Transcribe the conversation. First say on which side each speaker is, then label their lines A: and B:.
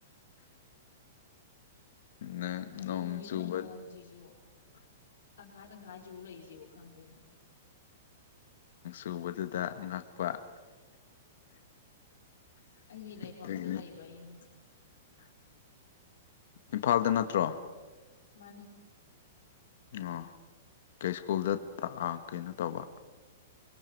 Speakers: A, on the left; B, on the left.
A: ꯅꯪ
B: ꯀꯩꯒꯤꯅꯣ
A: ꯅꯣꯡ ꯆꯨꯕ
B: ꯅꯣꯡꯁꯤꯁꯨ ꯇꯪꯈꯥꯏ ꯇꯪꯈꯥꯏ ꯆꯨ ꯂꯩꯁꯤꯕꯣ ꯈꯪꯗꯦꯅꯦ
A: ꯇꯨꯕꯗꯨꯗ ꯉꯛꯄ
B: ꯑꯩꯒꯤ ꯂꯩꯐꯝꯗ
A: ꯑꯗꯨꯒꯤꯅꯤ
B: ꯂꯩꯕꯩꯅꯦ
A: ꯏꯝꯐꯥꯜꯗ ꯅꯠꯇ꯭ꯔꯣ
B: ꯃꯥꯅꯤ
A: ꯑꯣ ꯀꯩ ꯁ꯭ꯀꯨꯜꯗ ꯀꯩꯅꯣ ꯇꯧꯕ